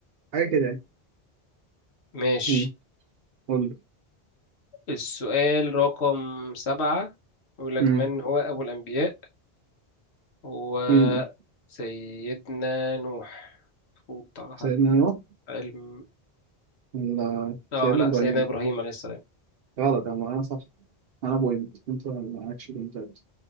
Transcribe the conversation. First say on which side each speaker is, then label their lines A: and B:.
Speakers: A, on the right (about 70°); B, on the left (about 80°).
A: حاجة كده يعني
B: ماشي
A: مم. قول لي.
B: السؤال رقم سبعة يقول لك
A: مم.
B: من هو أبو الأنبياء هو
A: مين
B: سيدنا نوح المفروض على
A: سيدنا
B: حد
A: نوح
B: علم
A: ولا
B: اه
A: سيدنا
B: لا
A: إبراهيم
B: سيدنا إبراهيم عليه السلام
A: غلط أنا أنا صح أنا بوينت أنت معكش بوينتات